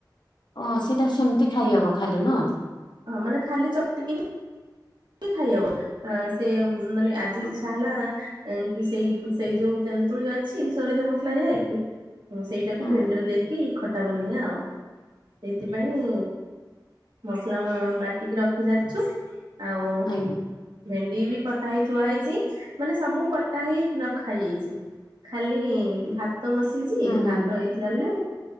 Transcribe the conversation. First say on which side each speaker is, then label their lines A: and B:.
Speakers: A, on the left (about 75°); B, on the right (about 75°).
A: ଅଂ ସେ ତ ସେମତି ଖାଇହବ ଖାଲି ନୁଅ।
B: ହଁ ମାନେ ଖାଲି ଚକଟିକି ବି ଖାଇହବ ସେ ମାନେ ଆଜି
A: ହୁଁ
B: ଇଚ୍ଛା ହେଲା ଏଁ କି ସେଇ ସେଇ ଯୋଉ ତେନ୍ତୁଳି ଅଛି ସୋରିଷ ମସଲା ଦିଆ ହେଇକି ହଁ ସେଇଟାକୁ
A: ହୁଁ
B: ଭେଣ୍ଡିରେ ଦେଇକି ଖଟା ବନେଇଵା ଆଉ ସେଇଥିପାଇଁ ମସଲା ବାଟିକି ରଖି ସାରିଚୁ ଆଉ
A: ଆଜ୍ଞା
B: ଭେଣ୍ଡି ବି କଟା ହେଇ ଥୁଆ ହେଇଚି ମାନେ ସବୁ କଟା ହେଇ ନଖା ହେଇଯାଇଚି। ଖାଲି ଭାତ ବସିଚି
A: ହୁଁ
B: ଭାତ
A: ହୁଁ।
B: ହେଇ ଗଲେ